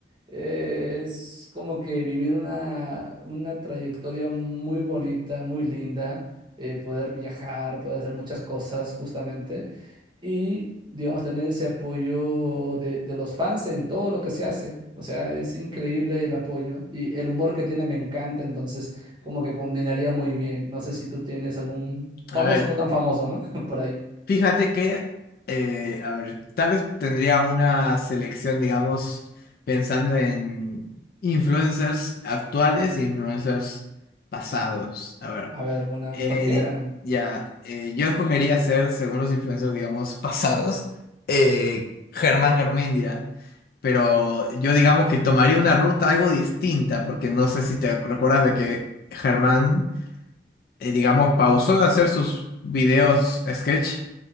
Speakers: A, on the right; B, on the left.
A: eh, es como que vivir una, una trayectoria muy bonita, muy linda, eh, poder viajar, poder hacer muchas cosas justamente y, digamos, tener ese apoyo de, de los fans en todo lo que se hace. O sea, es increíble el apoyo y el humor que tiene me encanta, entonces como que combinaría muy bien. No sé si tú tienes algún famoso,
B: A ver.
A: no tan famoso, ¿no? <laughs> Por ahí.
B: Fíjate que, eh, a ver, tal vez tendría una selección, digamos, pensando en influencers actuales e influencers pasados. A ver,
A: A ver, una
B: en-
A: cualquiera.
B: ya, eh, yo escogería ser, según los influencers, digamos, <laughs> pasados, eh, Germán Garmendia. Pero yo digamos que tomaría una ruta algo distinta, porque no sé si te recuerdas de que Germán, eh, digamos, pausó de hacer sus videos sketch